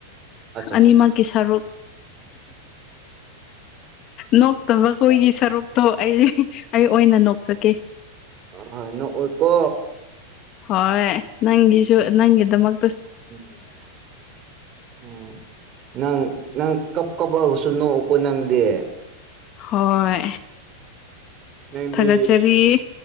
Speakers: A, on the right; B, on the left.
A: ꯑꯠꯆꯥ ꯑꯠꯆꯥ
B: ꯑꯅꯤꯃꯛꯀꯤ
A: ꯑꯠꯆꯥ
B: ꯁꯔꯨꯛ ꯅꯣꯛꯇꯕ ꯍꯣꯏꯒꯤ ꯁꯔꯨꯛꯇꯣ ꯑꯩ ꯑꯩ ꯑꯣꯏꯅ ꯅꯣꯛꯆꯒꯦ
A: ꯑ ꯅꯣꯛꯑꯣꯏꯀꯣ
B: ꯍꯣꯏ ꯅꯪꯒꯤꯁꯨ ꯅꯪꯒꯤꯗꯃꯛ
A: ꯎꯝ ꯎ ꯅꯪ ꯅꯪ ꯀꯞ ꯀꯞꯂꯒꯁꯨ ꯅꯣꯛꯎꯀꯣ ꯅꯪꯗꯦ
B: ꯍꯣꯏ
A: ꯅꯪꯗꯤ
B: ꯊꯥꯒꯠꯆꯔꯤ